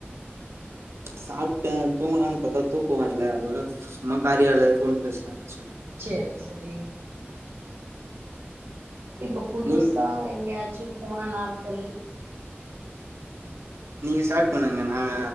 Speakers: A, on the right; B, on the right.
A: சாப்ட தூங்கலான்னு பாத்தா தூக்கம் வர்ல அதோட சும்மா காரியால ஃபோன் பேசலானு
B: செரி செரி இப்போ புதுசா
A: நீ
B: எங்கியாச் சு போன நாள்கள்
A: நீங்க ஸ்டார்ட் பண்ணுங்க நாங்க